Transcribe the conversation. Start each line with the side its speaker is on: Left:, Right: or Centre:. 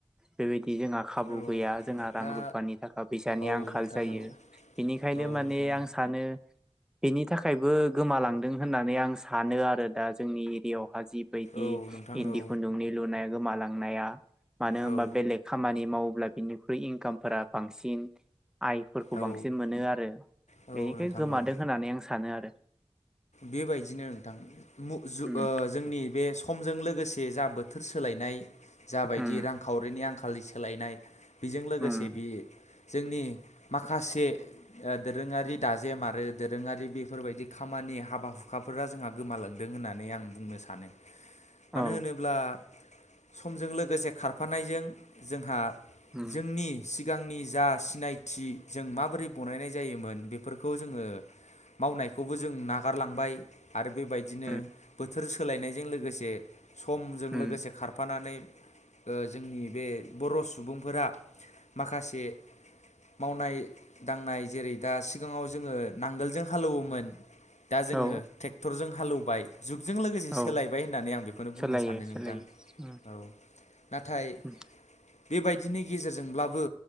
Centre: बेबायदि जोंहा खाबु
Left: औ
Centre: गैया जोंहा रां
Left: दा
Centre: रुफानि थाखाय फैसानि
Left: औ
Centre: आंखाल
Left: नोंथां
Centre: जायो
Left: औ
Centre: बेनिखायनो
Left: औ
Centre: माने
Left: नोंथां
Centre: आं सानो बेनि थाखायबो गोमालांदों होननानै आं सानो आरो दा जोंनि एरियाआव <unintelligible> बायदि
Left: औ नोंथां
Centre: इण्डि
Left: औ
Centre: खुन्दुंनि लुनाया <unintelligible> <unintelligible> <inaudible> मानो होनबा
Left: औ
Centre: बेलेग खामानि माव अब्ला बिनिख्रुइ इनकामफोरा बांसिन आइफोरखौ
Left: औ
Centre: बांसिन मोनो आरो
Left: औ
Centre: बेनिखाय
Left: नोंथां
Centre: गोमादों
Left: औ
Centre: होननानै आं सानो आरो
Left: बेबायदिनो नोंथां मुग जुग
Centre: उम
Left: ओ जोंनि बे समजों लोगोसे जा बोथोर सोलायनाय जाबायदि
Centre: उम
Left: रांखावरिनि आं <unintelligible> लि सोलायनाय बेजों लोगोसे
Centre: उम
Left: बे जोंनि माखासे दोरोङारि दाजेम आरो दोरोङारि बेफोरबायदि खामानिया हाबा हुखाफोरा जोंहा गोमालांदों होननानै आं बुंनो सानो
Centre: औ
Left: मानो होनोब्ला समजों लोगोसे खारफानायजों जोंहा
Centre: उम
Left: जोंनि सिगांनि जा सिनायथि जों माबोरै बनायनाय जायोमोन बेफोरखौ जोङो मावनायखौबो जों ना नागारलांबाय आरो बेबायदिनो
Centre: उम
Left: बोथोर सोलायनायजों लोगोसे समजों
Centre: उम
Left: लोगोसे खारफानानै जोंनि बे बर' सुबुंफोरा माखासे मावनाय दांनाय जेरै दा सिगाङाव जोङो नांगोलजों हालेवोमोन दा जोङो
Centre: औ
Left: ट्रेक्टरजों हालौव बाय जुगजों लोगोसे
Centre: औ
Left: सोलायबाय होननानै आं बेखौनो बुंनो
Centre: सोलायो
Left: सानो नोंथां
Centre: सोलायो उम
Left: औ नाथाय
Centre: उम
Left: बेबायदि बिनि गेजेरजोंब्लाबो